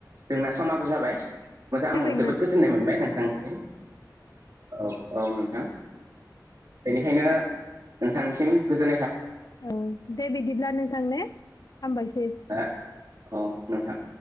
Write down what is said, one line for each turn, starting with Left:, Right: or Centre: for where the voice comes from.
Right: जोंना समाबो जाबाय मोजां आं
Left: फैबायमोन
Right: जोबोद गोजोननाय मोनबाय नोंथांनिसिम औ औ नोंथां बेनिखायनो नोंथांसिम गोजोननाय थाब
Left: औ दे बिदिब्ला नोंथां ने। हामबायसै।
Right: हा औ नोंथां